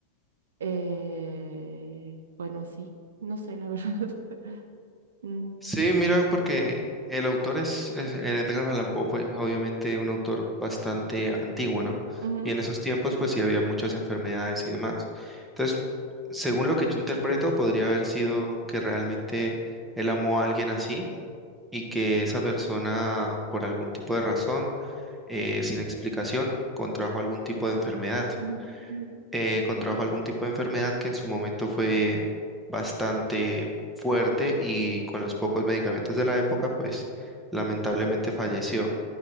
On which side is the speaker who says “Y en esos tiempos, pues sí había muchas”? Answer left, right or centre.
Centre